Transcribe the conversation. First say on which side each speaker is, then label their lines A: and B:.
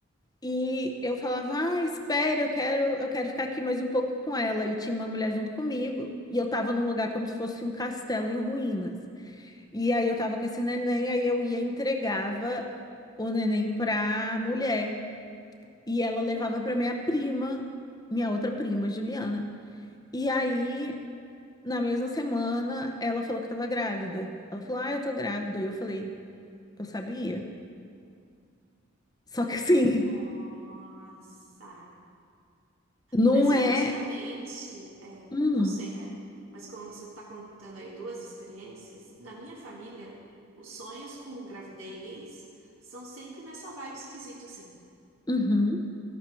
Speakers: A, on the left; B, on the right.
A: E eu falava, ah, espera, eu quero, eu quero ficar aqui mais um pouco com ela. E tinha uma mulher junto comigo, e eu tava num lugar como se fosse um castelo em ruínas. E aí eu tava com esse neném, aí eu ia e entregava o neném pra mulher. E ela levava
B: Hum.
A: pra minha prima, minha outra prima, Juliana. E aí, na mesma semana, ela falou que tava grávida. Ela falou, ah, eu tô grávida. E eu falei, eu sabia. Só que assim,
B: Nossa.
A: não
B: Mas, viu,
A: é.
B: geralmente, é,
A: Hum,
B: não sei, né? Mas como você tá contando aí duas experiências, na minha família, os sonhos com gravidez são sempre nessa vibe esquisita, assim.
A: uhum,